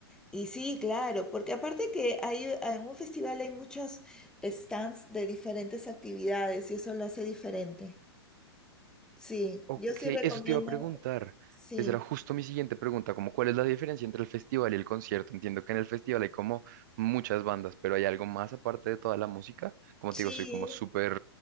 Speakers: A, in the centre; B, on the right.
A: Y sí, claro, porque aparte que hay, en un festival hay muchos stands de diferentes actividades y eso lo hace diferente. Sí,
B: Ok,
A: yo sí recomiendo.
B: eso te iba a preguntar.
A: Sí,
B: Esa era justo mi siguiente pregunta, como cuál es la diferencia entre el festival y el concierto. Entiendo que en el festival hay como muchas bandas, pero hay algo más aparte de toda la música. Como
A: sí,
B: te digo, soy como súper